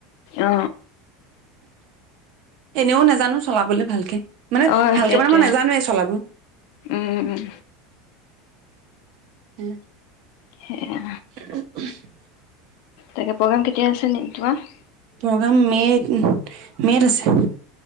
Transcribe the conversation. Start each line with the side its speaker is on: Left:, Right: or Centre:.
Left: অ
Right: এনেও নাজানো চলাবলে ভালকে। মানে
Left: অ
Right: ভালকে
Left: সেইটোৱে
Right: মানে মই নাজানোৱে চলাব।
Left: উম উম
Right: হু
Left: সেয়া
Right: <unintelligible>
Left: তাকে প্ৰগ্ৰেম কেতিয়া আছে তোমাৰ?
Right: প্ৰগাম মেত- মেত আছে।